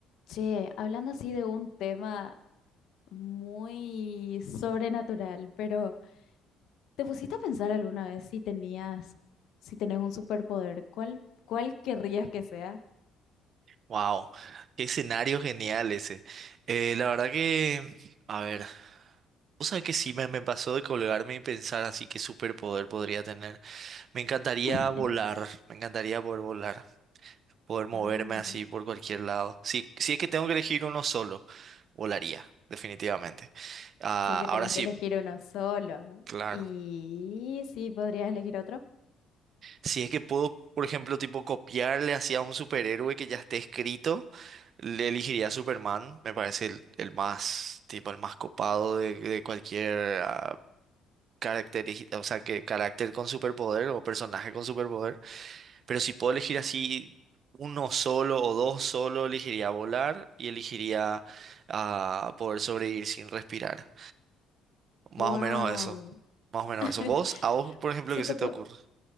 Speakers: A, on the left; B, on the right.
A: Che, hablando así de un tema muy sobrenatural, pero ¿te pusiste a pensar alguna vez si tenías, si tenés un superpoder? ¿Cuál, cuál querrías que sea?
B: Wow, qué escenario genial ese. Eh, la verdad que, a ver, o sea que sí me, me pasó de colgarme y pensar así qué superpoder podría tener. Me encantaría
A: <laughs>
B: volar, me encantaría poder volar, poder moverme
A: Ah, mira.
B: así por cualquier lado. Si, si es que tengo que elegir uno solo, volaría, definitivamente. Ah,
A: Si es que
B: ahora
A: tenés
B: sí,
A: que elegir uno solo.
B: claro.
A: Y sí, podrías elegir otro.
B: Si es que puedo, por ejemplo, tipo copiarle hacia un superhéroe que ya esté escrito, le elegiría a Superman. Me parece el, el más, tipo, el más copado de, de cualquier ah, caracteri- o sea, que carácter con superpoder o personaje con superpoder. Pero si puedo elegir así uno solo o dos solo, elegiría volar y elegiría ah, poder sobrevivir sin respirar. Más
A: Wow.
B: o menos eso. Más o menos
A: <laughs>
B: eso. ¿Vos, a vos, por ejemplo,
A: Si
B: qué
A: te,
B: se te
A: po-
B: ocurre?